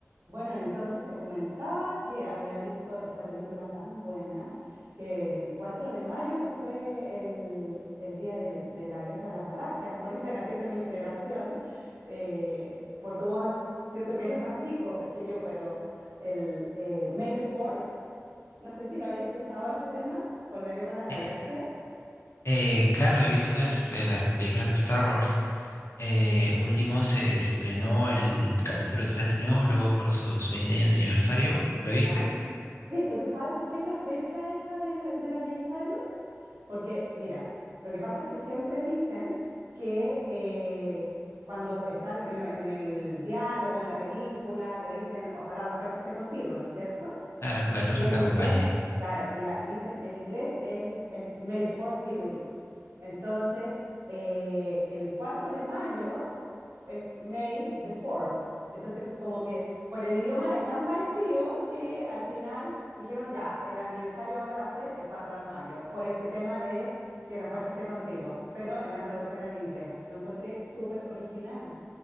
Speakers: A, on the right; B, on the left.
A: Bueno, entonces te comentaba que había visto esta película tan buena que el 4 de mayo, que fue el, el día del- de la Guerra de las Galaxias, como <laughs> dice la gente de mi generación, eh, por tu voz siento que eres más chico pe- que yo, pero el eh, May the Fourth, no sé si lo había escuchado ese tema con la Guerra de las Galaxias.
B: Eh, eh, claro, he visto este, las películas de Star Wars. Eh, último se estrenó el capítulo 3 de nuevo, luego por sus 20 años de aniversario. ¿Lo viste?
A: Claro. Sí, pero ¿tú sabes por qué es la fecha esa del, del aniversario? Porque, mira, lo que pasa es que siempre dicen que eh, cuando están en, lo- en el diálogo, en la película, que dicen, ojalá la fuerza esté contigo, ¿no es cierto?
B: Claro, que la fuerza
A: Y en
B: te
A: inglés,
B: acompañe.
A: claro, y, la- y dicen en inglés es, es May the Force be with you. Entonces, eh, el 4 de mayo es May the Fourth. Entonces, como que por el idioma es tan parecido que al final dijeron ya, el aniversario ahora va a ser el 4 de mayo, por este tema de que la fuerza esté contigo, pero en la traducción al inglés. Lo encontré súper original,